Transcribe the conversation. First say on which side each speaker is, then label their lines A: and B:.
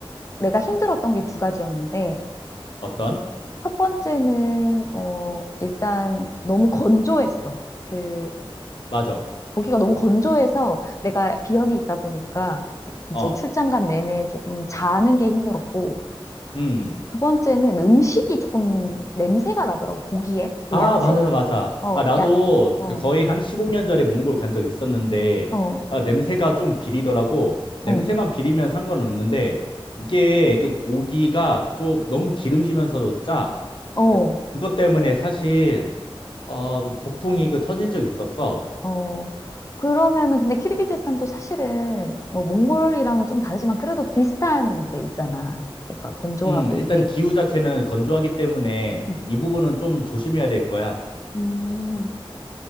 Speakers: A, on the left; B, on the left.
A: 내가 힘들었던 게 두 가지였는데,
B: 어떤?
A: 첫 번째는, 어, 일단 너무 건조했어. 그,
B: 맞아.
A: 거기가 너무 건조해서 내가 비염이 있다 보니까 이제
B: 어,
A: 출장 간 내내 조금 자는 게 힘들었고,
B: 음.
A: 두 번째는 음식이 조금 냄새가 나더라고, 고기에. 그
B: 아,
A: 야채?
B: 맞아, 맞아.
A: 어,
B: 아, 나도
A: 야, 어,
B: 그 거의 한 15년 전에 몽골 간 적 있었는데,
A: 어,
B: 아, 냄새가 좀 비리더라고. 냄새만
A: 어,
B: 비리면 상관없는데, 이게 그 고기가 좀 너무 기름지면서도 짜.
A: 어.
B: 그것 때문에 사실, 어, 복통이 그 터진 적 있었어.
A: 어, 그러면은, 근데 키르기즈스탄도 사실은, 뭐, 몽골이랑은 좀 다르지만, 그래도 비슷한 데 있잖아. 그러니까 건조하고,
B: 음, 일단
A: 대,
B: 기후 자체는 건조하기 때문에
A: 음,
B: 이 부분은 좀 조심해야 될 거야.
A: 음,